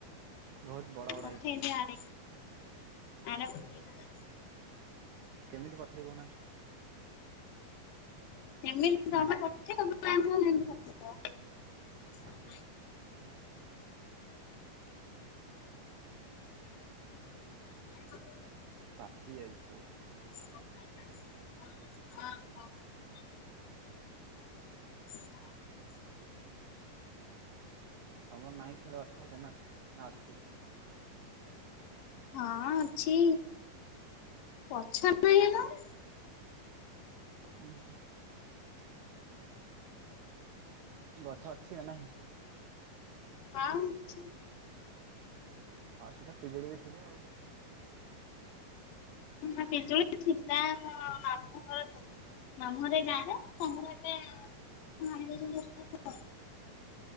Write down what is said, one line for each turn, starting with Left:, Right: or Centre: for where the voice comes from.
Right: ବହୁତ୍ ବଡ଼
Left: ମଥେଇି
Right: ହେଇଛି।
Left: ଆଡ ଆଡ ପ <unintelligible>
Right: କେମିତି ପଠେଇ ଦଉନା।
Left: ମତିମମତିେଇ <unintelligible>
Right: ହଁ
Left: ହ <unintelligible>
Right: ପାଚି ଯାଇଚି ସବୁ।
Left: ହୁ <unintelligible> <unintelligible>
Right: ତୁମର ନାହିଁ ସିଆଡ଼େ ଗଛ ଫଚ ନା ନା ଅଛି।
Left: ହଁ ଅଛି ପଛରେଲା <unintelligible>
Right: ହୁ ହୁ <unintelligible> ଗଛ ଅଛି ନା ନାହିଁ।
Left: ହଁ ଅଛି।
Right: ଆଉ ସେଟା ପିଜୁଳି ବି ଥିବ ଆଉ।
Left: ଁ ପେଜୁଳି ଥିଲା ମୋ ମାମ ଘର ଥିଲା <unintelligible> ମାମୁଁରେ ଏ ଗାଁରେ ତାଙ୍କର ଏବେ <unintelligible>